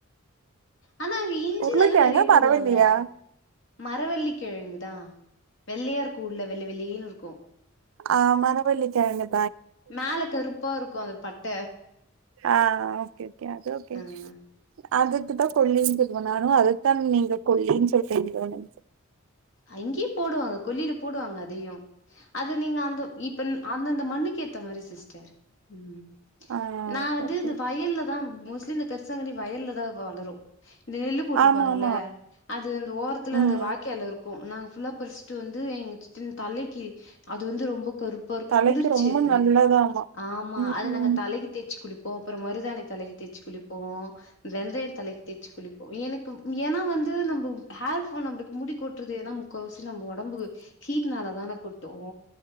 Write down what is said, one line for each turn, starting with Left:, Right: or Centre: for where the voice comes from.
Left: ஆனா அங்க இஞ்சிதானே
Right: உருளைக்கிழங்கா
Left: நெறைய போடுவாங்க
Right: மரவள்ளியா?
Left: மரவெள்ளிக்கெழங்குதா வெள்ளையா இருக்குல வெள்ள வெளேனு இருக்கு
Right: ஆ மரவெள்ளிக்கெழங்கு
Left: மேல கருப்பா இருக்கு அந்த பட்ட
Right: ஆ ஓகே ஓகே அது ஓகே
Left: ஆ
Right: அதுக்கு தா கொல்லின்னு சொல்லுவோ நானு அதத்தா நீங்க கொல்லின்னு சொல்றிங்கலோனு நினச்சே
Left: அங்கேயே போடுவாங்க கொல்லில போடுவாங்க அதையு அது நீங்க அந் து இப்ப அந்தந்த மண்ணுக்கு எத் த மாரி சிஸ்டர் உம்
Right: ஆ
Left: நா
Right: ஓகே
Left: வந்து
Right: ஓகே
Left: இந்த
Right: ஓகே
Left: வயல்லதா மோஸ்லி இந்த கரிசலாங்கனி வயல்லதா வளரு இந்த நெல்லு போட்டுப்பாங்கல்ல
Right: ஆமா ஆமா
Left: அது அந்த ஓரத்துல
Right: ம்
Left: அந்த வாய்க்கால இருக் கூ நாங்க ஃபுல்லா பறிச்சுட்டு வந்து எங்க சின் தலைக்கு அது வந்து ரொம் பகொருபோர்க்
Right: தலைக்கு
Left: குளிர்ச்சி
Right: ரொம்ப
Left: அது
Right: நல்லதாமா
Left: ஆமா
Right: ம்
Left: அத நாங்க தலைக்கு தேச்சு குளிப்போ அப்றோ மருதாணி தலைக் தேச்சு குளிப்போ வெந்தயோ தலைக்கு தேச்சு குளிப்போ எனக்கு ஏனா வந்து நம் ஹேர்ஃபா நமக்கு முடி கொட்டுறது ஏனா முக்காவாஸ் நம்ம ஒடம்புக்கு ஹீட்னால தான கொட்டோ